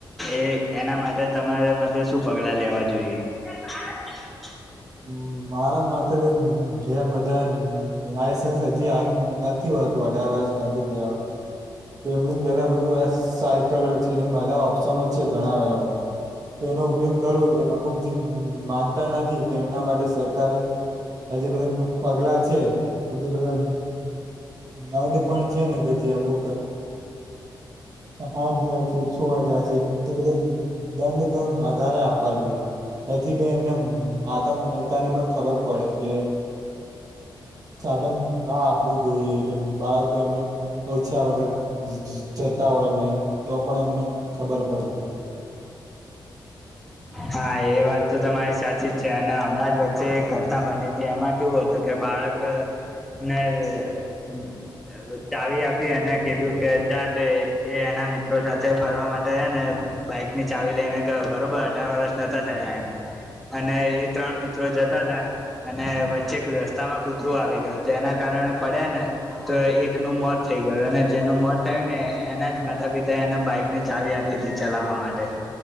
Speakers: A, in the centre; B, on the right.
A: એ એના માટે તમારે માટે શું પગલાં લેવા જોઈએ? <inaudible>
B: હ મારા માટે તો જે બધા લાયસન્સ હજી આવ નથી હોતું અઢાર વરષ નથી થીયા હોતા. તો એમની પેલા બધું સાયકલો છે એ બધા ઓપ્શનો છે ઘણાય એવા બધા. તેનો ઉપયોગ કરવો જોઈ. અમુક જે માનતા નથી તેમના માટે સરકારે આ જે બધા પગલા છે જે બધા અન્ન પણ છે ને છે અમુક હાથ હજાર છે છો હજાર છે એ બધા દંડ તો વધધારે આપવા જોઈએ એથી કઈ એમને ત તને પણ ખબર પડે કે સાધન ના આપવું જોઈએ કે બાળકો એમને પૂછ્યા વગર જતા હોય લઈન તો પણ એમને ખબર પડી જાય.
A: હા એ વાત તો તમારી સાચી જ છે અને હમણાં જ વચ્ચે એક ઘટના બની હતી એમાં કેવું હતું કે બાળક ક ના હેલો ચાવી આપી અનેને કીધું કે જાતે એ એના મિત્રો સાથે ફરવા માટે ને બાઈક ની ચાવી લઈને ગયો બરોબર અઢાર વર્ષ નોતા થયા એને. અને એ ત્રણ મિત્રો જતા હતા. અને વચ્ચે રસ્તામાં કૂતરું આવી ગયું તો એના કારણે પડ્યા ને તો એકનું મોત થઈ ગયું અને જેનું મોત થયું ને એના જ માતા પિતા એને બાઈકની ચાવી આપી હતી ચલાવવા માટે